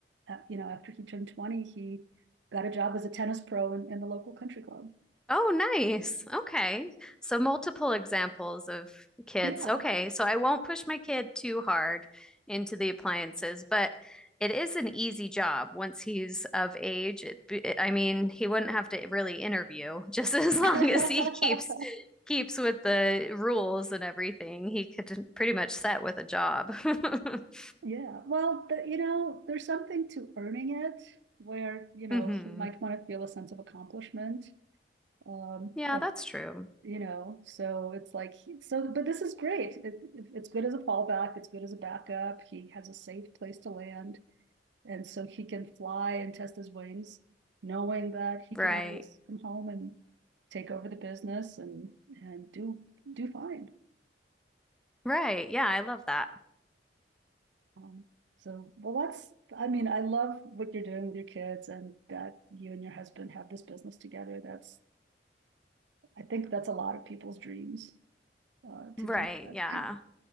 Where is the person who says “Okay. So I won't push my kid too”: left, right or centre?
Centre